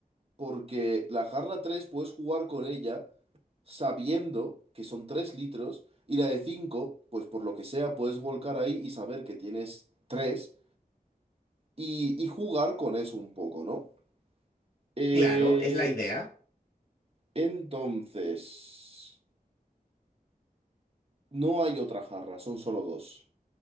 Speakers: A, on the right; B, on the left.
A: Porque la jarra 3 puedes jugar con ella sabiendo que son 3 litros y la de 5 pues por lo que sea, puedes volcar ahí y saber que tienes 3 y, y jugar con eso un poco, ¿no? Eh,
B: Claro, es la idea.
A: entonces, no hay otra jarra, son solo dos.